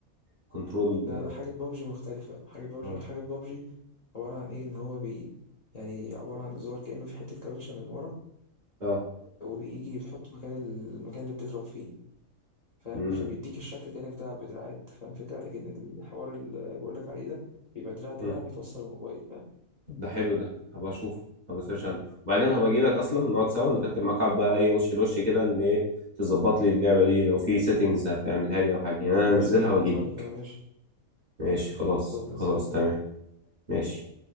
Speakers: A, on the right; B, on the left.
A: الكنترول
B: لا لا حاجة بابجي مختلفة حاجة بابجي
A: اه
B: حاجة بابجي عبارة عن ايه ان هو بي يعني عبارة عن زرار كأنه في حتة كاوتشة من ورا
A: اه
B: وبيجي بتحط مكان المكان اللي بتضرب فيه فاهم
A: امم
B: فبيديك الشكل كأنك بتلعب بدراعات فاهم فكرة لكن الحوار اللي بقولك عليه ده بيبقى دراع دراع
A: أمم.
B: بيتوصل للموبايل فاهم
A: طب ده حلو ده هبقى اشوفه هبقى اسيرش عنه وبعدين هبقى اجي لك اصلا نقعد سوا نرتب معاك قعد بقى ايه وش لوش كده ان ايه تظبط لي اللعبه دي لو في سيتنجز هتعملها لي او حاجه يعني انا
B: ماشي
A: انزلها
B: هظبطها
A: واجي لي
B: لك انا ماشي
A: ماشي
B: ماشي
A: خلاص
B: طب نزل
A: خلاص تمام ماشي